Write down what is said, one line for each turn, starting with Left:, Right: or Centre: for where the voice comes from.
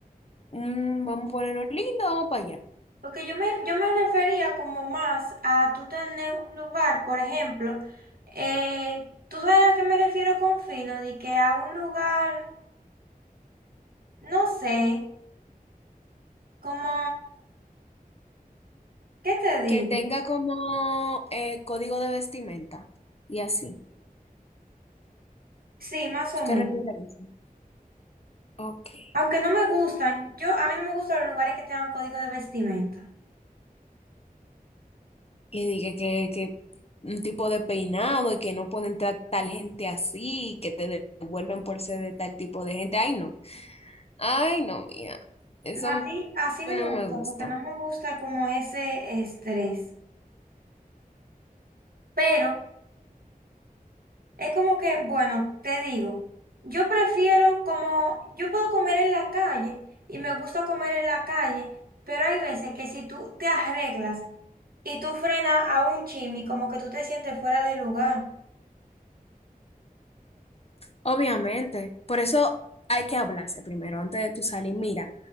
Left: Mm, vamos a ponerlo lindo, vamos para allá.
Right: Porque yo me, yo me refería como más a tú tener un lugar, por ejemplo, eh, tú sabes a qué me refiero con fino, de que a un lugar, no sé, como, ¿qué te digo?
Left: Que tenga como eh, código de vestimenta y así.
Right: Sí, más o
Left: ¿Tú
Right: menos.
Left: te refieres a eso? Ok.
Right: Aunque no me gustan, yo, a mí no me gustan los lugares que tengan código de vestimenta.
Left: Y dije que, que un tipo de peinado y que no pueden tratar tal gente así, y que te devuelven por ser de tal tipo de gente. Ay, no. Ay, no, mía. Eso
Right: No, así,
Left: a mí
Right: así
Left: no
Right: no me gusta,
Left: me gusta.
Right: porque no me gusta como ese estrés. Pero Es como que, bueno, te digo, yo prefiero como, yo puedo comer en la calle y me gusta comer en la calle, pero hay veces que si tú te arreglas y tú frenas a un chimi, como que tú te sientes fuera de lugar.
Left: Obviamente. Por eso hay que hablarse primero antes de tu salir. Mira,